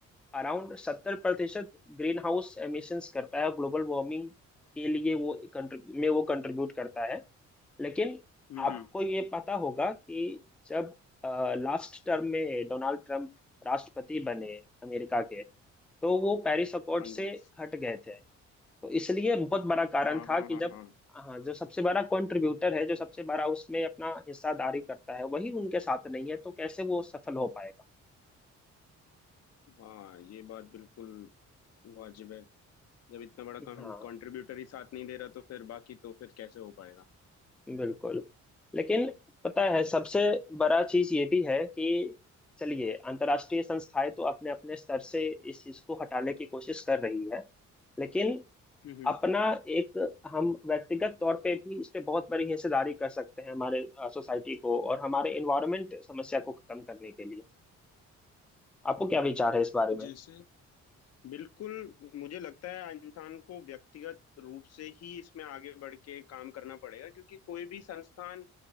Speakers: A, in the centre; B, on the left.
A: around सत्तर प्रतिशत green house emissions करता है ग्लोबल वार्मिंग के लिए वो कंट्री में वो कंट्रीब्यूट करता है लेकिन
B: हम्म,
A: आपको
B: हम्म,
A: ये पता होगा कि जब लास्ट टर्म में डोनाल्ड ट्रंप राष्ट्रपति बने अमेरिका के तो वो पेरिस अकॉर्ड
B: हाँ
A: से
B: जी
A: हट गए थे तो इसलिए बहुत बड़ा कारण
B: हाँ
A: था
B: हाँ
A: कि
B: हाँ
A: जब
B: हाँ
A: हाँ जो सबसे बड़ा कंट्रीब्यूटर है जो सबसे बड़ा उसमें अपना हिस्सादारी करता है वही उनके साथ नहीं है तो कैसे वो सफल हो पाएगा
B: हाँ ये बात बिल्कुल वाजिब है जब इतना बड़ा कंट्रीब्यूटर
A: हाँ
B: ही साथ नहीं दे रहा तो फिर बाकी तो फिर कैसे हो पाएगा
A: बिल्कुल लेकिन पता है सबसे बड़ा चीज ये भी है कि चलिए अंतर्राष्ट्रीय संस्थाएं तो अपने अपने स्तर से इस चीज को हटाने की कोशिश कर रही है लेकिन
B: हम्म
A: अपना एक हम व्यक्तिगत तौर पे भी इस पे बहुत बड़ी हिस्सेदारी कर सकते हैं हमारे सोसाइटी को और हमारे इन्वायरमेंट समस्या को खत्म करने के लिए आपको क्या विचार है इस बारे में
B: जैसे बिल्कुल मुझे लगता है इंसान को व्यक्तिगत रूप से ही इसमें आगे बढ़ के काम करना पड़ेगा क्योंकि कोई भी संस्थान